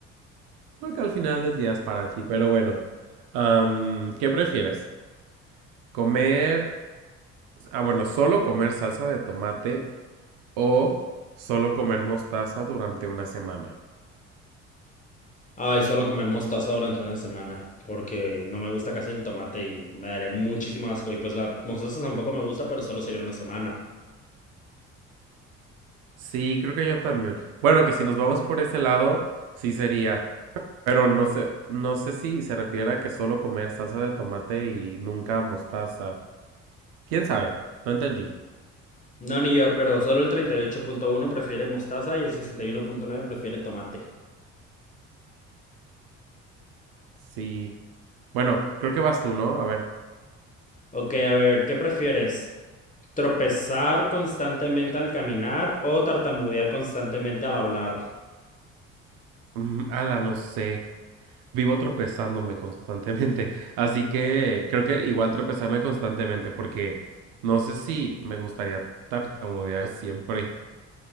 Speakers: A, on the right (about 65°); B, on the left (about 20°).
A: Porque al final del día es para ti, pero bueno. Am, ¿qué prefieres? ¿Comer Ah, bueno, solo comer salsa de tomate o solo comer mostaza durante una semana.
B: Ay, solo comer mostaza durante una semana, porque no me gusta casi el tomate y me daría muchísimo asco. Y pues la mostaza tampoco me gusta, pero solo sería una semana.
A: Sí, creo que yo también. Bueno, que si nos vamos por ese lado, sí sería. Pero no sé, no sé si se refiere a que solo comer salsa de tomate y nunca mostaza. ¿Quién sabe? No entendí.
B: No, ni yo, pero solo el treinta y ocho punto uno prefiere mostaza y el sesenta y uno punto nueve prefiere tomate.
A: Sí. Bueno, creo que vas tú, ¿no? A ver. <laughs>
B: Ok, a ver, ¿qué prefieres? Tropezar constantemente al caminar o tartamudear constantemente al hablar.
A: Mm, ala, no sé. vivo tropezándome constantemente. Así que creo que igual tropezarme constantemente porque no sé si me gustaría tartamudear siempre.